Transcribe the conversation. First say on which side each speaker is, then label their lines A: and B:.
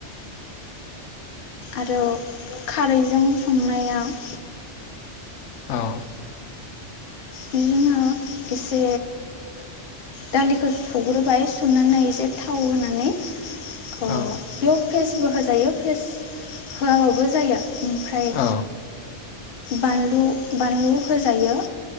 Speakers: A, on the left; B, on the left.
A: आरो खारैजों संनायाव। <inaudible>
B: औ।
A: बिदिङनो एसे दालिखौ सुग्रोबाय सुनानै एसे थाव होनानै। <inaudible> अ
B: औ
A: बेयाव। <inaudible> फेसबो हो जायो फेस। <inaudible> होआबाबो जायो <inaudible> ओमफ्राय
B: औ
A: बानलु बानलु होजायो